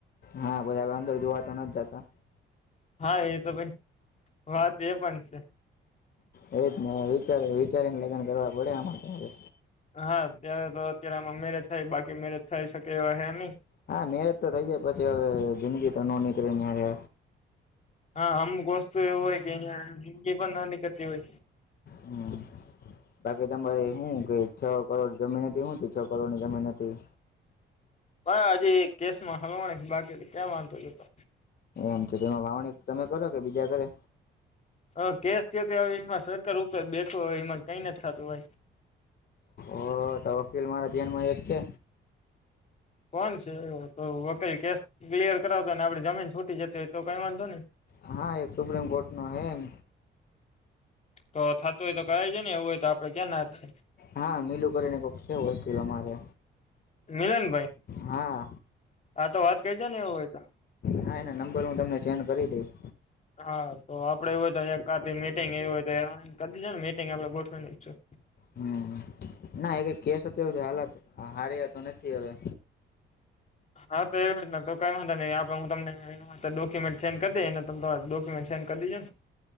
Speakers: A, on the left (about 50°); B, on the left (about 35°).
A: હા પછી, આપલે અંદર જોવા તો નથી જતા
B: હા, એ તો પણ વાત એ પણ છે.
A: એ વિચારી વિચારીને લગ્ન કરવા પડે આમા તો હવે
B: હા અત્યારે તો અત્યારે આમાં મેરેજ થાય બાકી મેરેજ થઈ શકે એવા હે, નઈ
A: હા મેરેજ તો થઈ જાય પછી, હવે જિંદગી તો નો નીકળે હવે
B: હા અમુક વસ્તુ એવું હોય, કે અહિયાં જિંદગી પણ નીકતી હોય.
A: હમ્મ બાકી તમારે હું કે છ, કરોડ જમીન હતી હું તો છ. કરોડ ની જમીન હતી
B: હ હજી કેસ માં હલવા છે. બાકી ક્યાં વાંધો હતો
A: એમ તો તેમાં વાવણી તમે કરો કે બીજા કરે
B: હ કેસ થ તો હવે એમાં સરકાર ઉપર બેઠો એમાં કઈ નથી થાતું હોય.
A: ઓહ તો વકીલ મારા ધ્યાન માં એક છે.
B: કોણ છે એ તો વકીલ કેસ ક્લિયર કરાવતો ને આપડી જમીન છૂટી, જતી એ તો કઈ વાંધો ને
A: હા, એક સુપ્રીમ કોર્ટ નો હે એમ
B: તો થતું હોય તો કરાય જાય ને એવું હોય તો આપડે ક્યાં ના જ છે.
A: હા મિલું કરીને કોક છે, વકીલ મારે
B: મિલનભાઈ
A: હા
B: હા તો વાત કરી છે ને એવું હોય તો
A: હા એના નંબર હુ, તમને સેન્ડ કરી દઈશ
B: હા તો આપડે એવુ હોય તો એકા દી મિટિંગ એવી હોય તો ત્યાં કરી દેજો ને મિટિંગ આપડે ગોઠવ શું
A: હમ ના એ કેસ અત્યાર સુધી હાલયા હાર્યા તો નથી, હવે
B: હા તો એવી રીત ના તો કઈ વાંધો નહી આપણે હુ. તમને હા, ક્યુમેન્ટ સેન્ડ કરી દે એને તમ તમાર ડોક્યુમેન્ટ સેડ કરી દેજોને